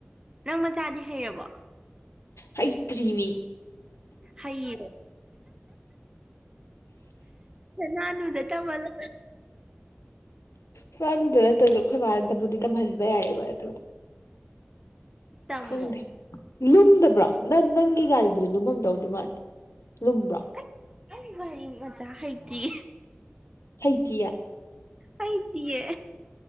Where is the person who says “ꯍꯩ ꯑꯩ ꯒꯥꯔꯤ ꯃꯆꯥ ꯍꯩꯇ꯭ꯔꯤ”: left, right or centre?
Right